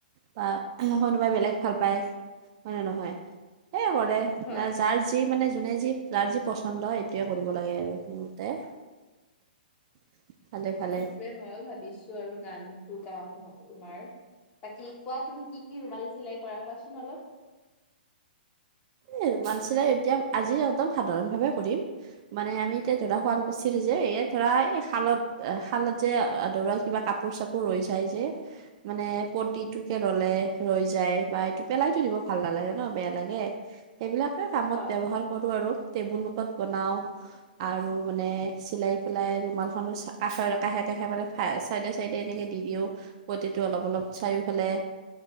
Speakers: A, on the right; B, on the left.
A: বা কোনোবাই বেলেগ ভাল পায় হয়, নে নহয়? সেই <unintelligible>
B: হয়
A: না, যাৰ যি মানে যোনে যি যাৰ যি পচন্দ সেইটোৱে কৰিব লাগে আৰু মোৰ মতে। <inaudible> ভালে
B: সেইটোৱে ময়ো ভাবিছোঁ আৰু গানটো গাম মই তোমাৰ। বাকী কোৱা তুমি কি, কি ৰুমাল চিলাই কৰা কোৱাচোন অলপ?
A: এ, ৰুমাল চিলাই এতিয়া আজি একদম সাধাৰণ ভাৱে কৰিম। মানে আমি এতিয়া ধৰা শুৱালকুছিৰ যে এ, ধৰা এই শালত শালত যে আধৰোৱা কিবা কাপোৰ-চাপোৰ ৰৈ যায় যে। মানে পটিটোকে ৰ'লে ৰৈ যায় বা এইটো পেলাই থৈ দিব ভাল নালাগে ন' বেয়া লাগে। সেইবিলাকে কামত
B: হয়
A: ব্যৱহাৰ কৰো আৰু টেবুল কাপোৰ বনাওঁ। আৰু মানে চিলাই পেলাই ৰুমালখনো কাষৰে কাষে, কাষে মানে চাইডে, চাইডে এনেকে দি দিওঁ পটিটো অলপ, অলপ চাৰিওফালে।